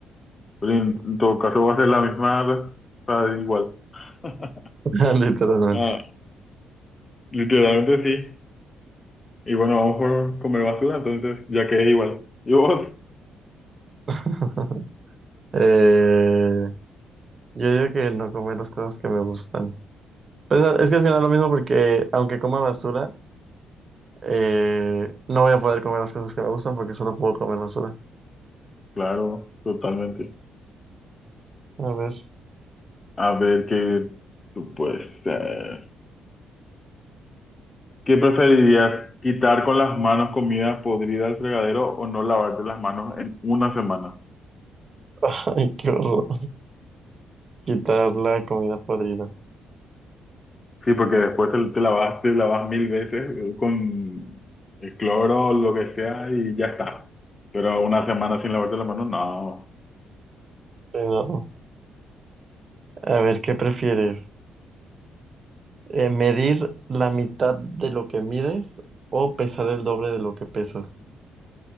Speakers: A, on the left; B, on the right.
A: Pero en, en todo caso va a ser la misma, re- o sea, igual. <laughs>
B: <laughs> literalmente.
A: Ah, literalmente sí. Y bueno, vamos por comer basura, entonces, ya que es igual. ¿Y vos?
B: <laughs> Eh, yo digo que no comer las cosas que me gustan. Pues, ah, es que al final lo mismo porque aunque coma basura, eh, no voy a poder comer las cosas que me gustan porque solo puedo comer basura.
A: Claro, totalmente.
B: A ver.
A: A ver, que tú pues, eh, ¿qué preferirías? ¿Quitar con las manos comida podrida al fregadero o no lavarte las manos en una semana?
B: <laughs> Ay, qué horror. Quitar la comida podrida.
A: Sí, porque después te, te lavas, te lavas mil veces eh, con el cloro o lo que sea y ya está. Pero una semana sin lavarte las manos, no.
B: Pero, a ver, ¿qué prefieres? Eh, ¿medir la mitad de lo que mides o pesar el doble de lo que pesas?